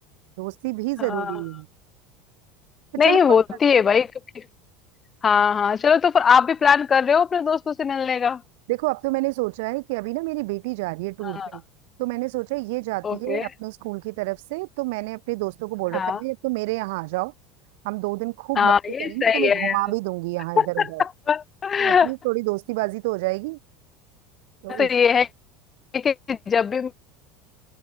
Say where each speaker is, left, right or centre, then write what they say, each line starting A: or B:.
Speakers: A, on the right (about 75°); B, on the left (about 25°).
A: दोस्ती भी जरूरी
B: हाँ
A: है तो चलो
B: नहीं होती
A: कोई बात-
B: है भाई क्योंकि हाँ हाँ चलो तो फिर आप भी प्लान कर रहे हो अपने दोस्तों से मिलने का
A: देखो अब तो मैंने सोचा है कि अभी ना मेरी बेटी जा रही है टूर
B: हाँ
A: पे तो मैंने सोचा ये जाती
B: ओके
A: है अपने स्कूल की तरफ से तो मैंने अपने दोस्तों को बोल
B: हाँ
A: रखा है भाई अब तो मेरे यहाँ आ जाओ हम दो दिन खूब
B: हाँ
A: मस्ती
B: ये
A: करेंगे
B: सही
A: तो मैं
B: है
A: घुमा भी दूंगी यहाँ इधर उधर
B: यार
A: तो एटलीस्ट थोड़ी दोस्ती बाजी तो हो जाएगी तो
B: <laughs> तो
A: इस
B: ये है कि जब भी